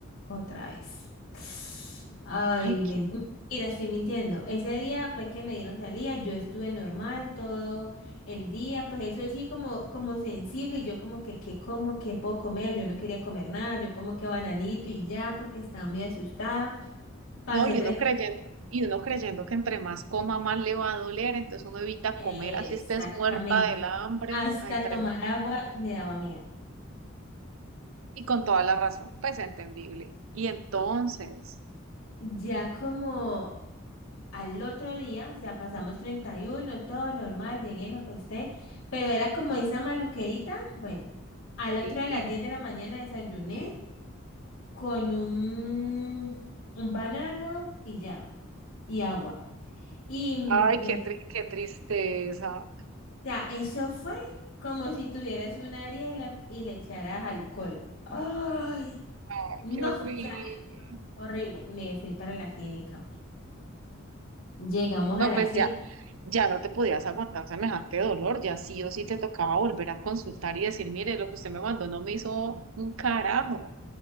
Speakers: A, on the left (about 85°); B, on the right (about 75°).
A: otra vez. <sighs> Ay,
B: Ay, qué
A: men- mira, estoy mintiendo. Ese día fue que me dieron salida, yo estuve normal todo el día, pues eso sí como, como sensible, y yo como que, ¿qué como? ¿Qué puedo comer? Yo no quería comer nada, yo como que bananito y ya, porque estaba muy asustada. Pasé
B: No, y
A: treinta
B: uno creyendo, y uno creyendo que entre más coma, más le va a doler, entonces uno evita
A: exactamente.
B: comer, así estés muerta del hambre,
A: Hasta
B: ay, tremendo.
A: tomar agua me daba miedo.
B: Y con toda la razón, pues entendible. Y entonces,
A: Ya como al otro día, o sea, pasamos 31 todo normal, llegué y me acosté, pero era como esa maluquerita. Bueno, al otro
B: sí,
A: día a las 10 de la mañana desayuné con un, un banano y ya, y agua. Y me,
B: ay, qué,
A: o
B: tri- qué tristeza,
A: sea, eso fue como si tuvieras un área y le, y le echaras alcohol. ¡Ay!
B: ay,
A: No,
B: qué horrible.
A: o sea, horrible. Me fui para la clínica. Llegamos
B: No,
A: a la
B: pues
A: clínica.
B: ya, ya no te podías aguantar semejante dolor, ya sí o sí te tocaba volver a consultar y decir, mire, lo que usted me mandó no me hizo un carajo.